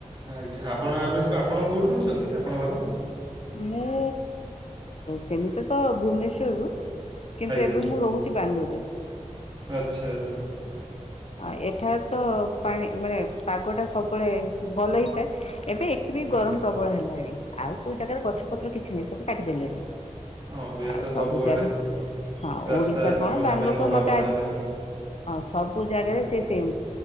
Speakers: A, on the right; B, on the left.
A: ହଁ ଆଜ୍ଞା ଆପଣ ଏବେ କ ଆପଣ କୋଉଁଠି ରହୁଛନ୍ତି ଆପଣଙ୍କ ଘର?
B: ମୁଁ ସେମିତି ତ ଭୁବନେଶ୍ୱରରୁ କିନ୍ତୁ
A: ଆଜ୍ଞା
B: ଏବେ ମୁଁ ରହୁଛି ବାଙ୍ଗାଲୋରରେ।
A: ଆଚ୍ଛା ଆଜା।
B: ଆ ଏଠାରେ ତ ପାଣି ମାନେ ପାଗ ଟା ସବୁବେଳେ ଭଲ ହେଇଥାଏ। ଏବେ ଏଠି ବି ଗରମ
A: ଆଜ୍ଞା
B: ପ୍ରବଳ ହେଲାଣି ଆଉ କୋଉ ଜାଗାରେ ଗଛପତ୍ର କିଛି ନାହିଁ ସବୁ କାଟିଦେଲେଣି।
A: ହଁ ଏବେ
B: ଆଉ
A: ତ
B: ସବୁ
A: ସବୁଆଡ଼େ
B: <unintelligible> ହଁ
A: ରାସ୍ତା
B: ଓଡ଼ିଶା
A: ଏଇନା
B: କଣ
A: ବନେଇବା
B: ବାଙ୍ଗାଲୋର
A: ପାଇଁ
B: କଣ
A: ଘର
B: ମତେ
A: ବନେଇବା
B: ଆଜି
A: ପାଇଁ
B: ହ ସବୁ ଜାଗାରେ
A: ଆଜ୍ଞା
B: ସେ ସେମ୍